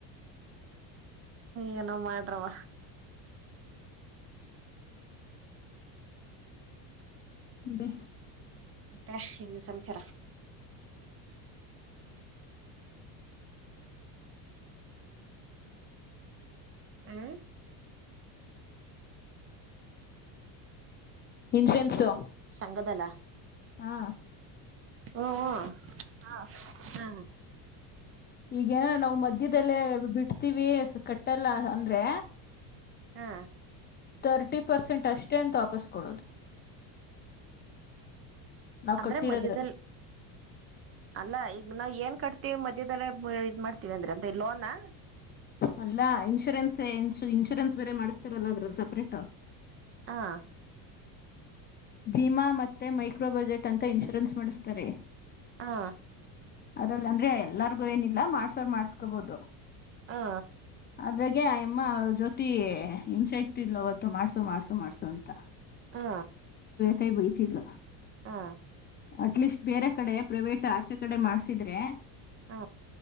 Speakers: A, on the right; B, on the left.
A: ಏನೋ ಮಾಡ್ರವ
B: ಡ
A: ಮತ್ತೆ ಇನ್ನು ಸಂಚಾರ ಹ
B: ಇನ್ಸುರೆನ್ಸು
A: ಸಂಗದಲ್ಲ
B: ಹಾ
A: ಓ ಹ ಹಾ
B: ಈಗೇನಾರ ನಾವು ಮಧ್ಯದಲ್ಲೇ ಬಿಡ್ತೀವಿ ಕಟ್ಟೆಲ್ಲ ಅಂದ್ರೆ
A: ಹಾ
B: ತರ್ಟಿ ಪರ್ಸೆಂಟ್ ಅಷ್ಟೇ ಅಂತ ವಾಪಸ್ ಕೊಡೋದು ನಾವು
A: ಅಂದ್ರೆ
B: ಕಟ್ಟಿರೋದ್ರಲ್ಲಿ
A: ಮಧ್ಯ್ಯದಲ್ಲಿ ಅಲ್ಲ ಈಗ ನಾವ ಏನ್ ಕಟ್ ಮತ್ತೆ ಮಧ್ಯದಲ್ಲಿ ಇದ್ ಮಾಡ್ತೀವಿ ಅಂದ್ರೆ ಅಂತ ಲೋನಾ
B: ಅಲ್ಲ ಇನ್ಶೂರೆನ್ಸ್ ಇ ಇನ್ಶೂರೆನ್ಸ್ ಬೇರೆ ಮಾಡಿಸಸ್ತರಲ್ಲ ಅದ್ರಲ್ಲಿ ಸಪ್ರೇಟ್
A: ಹಾ
B: ಭೀಮಾ ಮತ್ತೆ ಮೈಕ್ರೋ ಬಜೆಟ್ ಅಂತ ಇನ್ಶೂರೆನ್ಸ್ ಮಾಡಿಸ್ತಾರೆ
A: ಹಾ
B: ಅದಲ್ಲ ಅಂದ್ರೆ ಎಲ್ಲಾರ್ಗು ಏನಿಲ್ಲ ಮಾಡ್ಸೋರ್ ಮಾಡ್ಸ್ಕೊಬೋದು
A: ಹಾ
B: ಅದ್ರಾಗ ಆ ಎಮ್ಮ ಅವ ಜೊತಿ ಹಿಂಸೆ ಇಗ್ತಿಲ್ ಅವತ್ತು ಮಾಡ್ಸು ಮಾಡ್ಸು ಮಾಡ್ಸು ಅಂತ
A: ಹಾ
B: ಕ ಬೈ ಇಲ್ಲ
A: ಹಾ
B: ಅಟ್ಲೀಸ್ಟ್ ಬೇರೆ ಕಡೆ ಪ್ರೈವೇಟ್ ಆಚೆ ಕಡೆ ಮಾಡ್ಸಿದ್ರೆ
A: ಹ